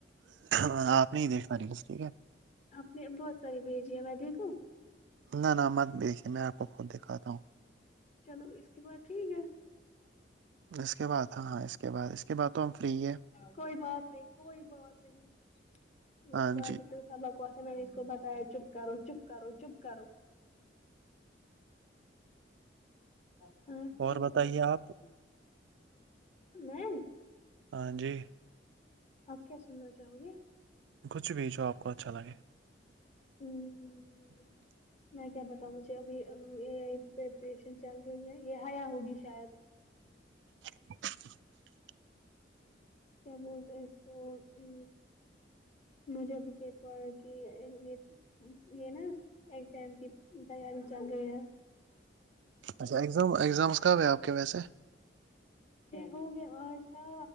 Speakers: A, on the right; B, on the left.
A: ہاں آپ نے ہی دیکھ پاری بس ٹھیک ہے
B: آپ نے بہت ساری بھیج ہے ودی کو
A: نہ ن مت دیکھیے میں آپ کو خود دکھاتا ہوں
B: چلو اس کی بع ٹھیک ہے
A: اس کے بعد ہاں ہاں اس کے بعد اس کے بعد تو ہم فری ہے
B: کوئی بات نہیں کوئی بات نہیں میری
A: ہاں
B: دادی
A: جی
B: کو سبک واسا میں نے اس کو بتایا چپ کرو چپ کرو چپ کرو ہاں سمج
A: اور بتائیے
B: سمج
A: آپ
B: میں
A: ہاں جی
B: آپ کیا سننا چاہو گے
A: کچھ بھیجو آپ کو اچھا لگے
B: <inaudible>
A: <inaudible>
B: میں کیا بتاؤں مجھے ابھی یہ پریپریشن چل رہی ہے یہ حیا ہوگی شاید
A: <inaudible>
B: کیا بولتے ہیں اس کو ا مجھے ابھی پیپر کی یہ یہ نا اگزام کی تیاری چل رہی ہے
A: اچھاگزام ایگزام کب ہے آپ کے ویسے
B: ہوگے آشا